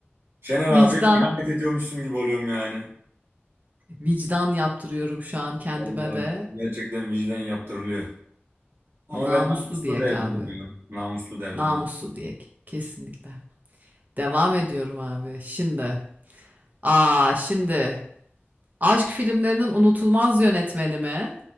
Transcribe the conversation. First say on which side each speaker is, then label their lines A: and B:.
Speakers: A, on the right; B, on the right.
A: Şener abiye
B: vicdan
A: bir ihanet ediyormuşum gibi oluyorum yani.
B: vicdan yaptırıyorum şu an kendime
A: Vallahi
B: de
A: gerçekten vicdan yaptırılıyor. Ama
B: namuslu
A: ben namuslu
B: diyek
A: derdim.
B: abi.
A: ya. Namuslu derdim
B: Namuslu
A: ben.
B: diyek kesinlikle. Devam ediyorum abi. Şimdi aa şimdi aşk filmlerinin unutulmaz yönetmeni mi